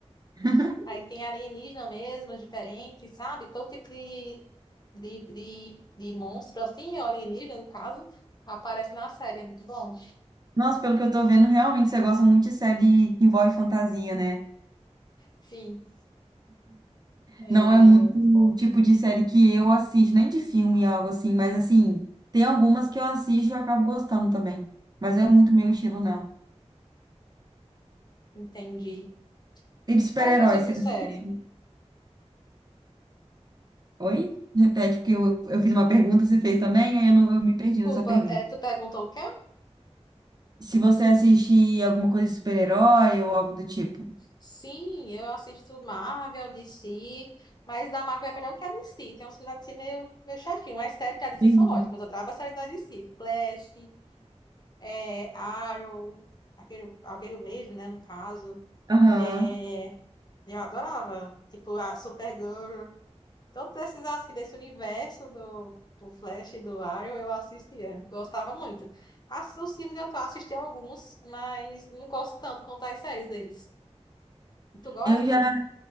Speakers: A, on the right; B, on the left.
A: <laughs>
B: Aí tem alienígena mesmo, diferente, sabe? Todo tipo de de, de, de monstro, assim, ou alienígena, no caso, aparece na série. É muito bom.
A: Nossa, pelo que eu tô vendo, realmente você gosta muito de série que envolve fantasia, né?
B: Sim, é,
A: Não é muito o tipo de série que eu assisto, nem de filme, algo assim, mas assim, tem algumas que eu assisto e eu acabo gostando também. Mas não é muito meu estilo, não.
B: entendi.
A: E de super-heróis,
B: Qual é teu tipo de
A: você
B: série?
A: assiste? Oi? Repete, porque eu, eu fiz uma pergunta, você fez também, aí eu, não, eu me perdi
B: Desculpa,
A: na sua pergunta.
B: é, tu perguntou o quê?
A: Se você assiste alguma coisa de super-herói ou algo do tipo.
B: Sim, eu assisto Marvel, DC, mas da Marvel é melhor que a DC. Tem uns filmes da DC meio, meio chatinho, mas séries da DC
A: Sim.
B: são ótimas. Eu adoro a série da DC. Flash, é, Arrow, aquele, aquele vejo, né, no caso.
A: Aham.
B: É, eu adorava. Tipo, a Supergirl. Todos esses, assim, desse universo do, do Flash e do Arrow, eu assistia. Gostava muito. As- Os filmes eu tô assistindo alguns, mas não gosto tanto quanto as séries deles. Tu gosta?
A: Eu já